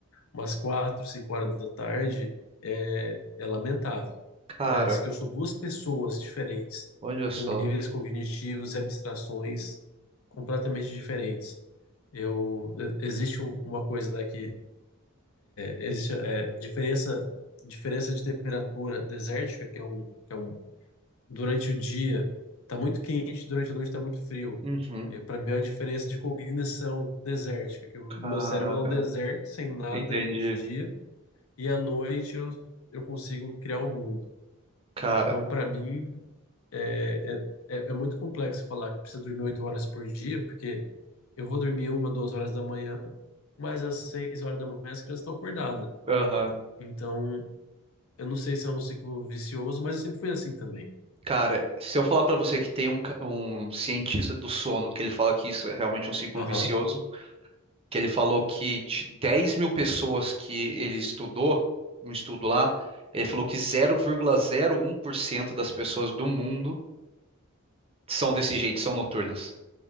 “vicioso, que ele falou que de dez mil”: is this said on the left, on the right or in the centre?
Right